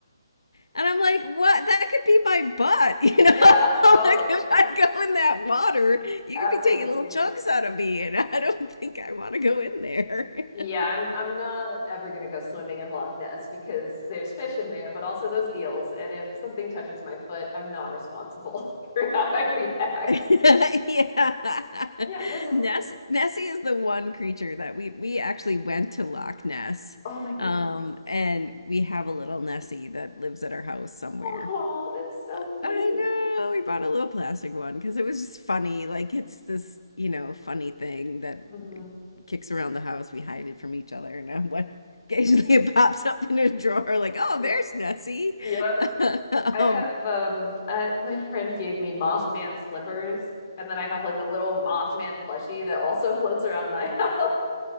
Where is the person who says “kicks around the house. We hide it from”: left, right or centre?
Left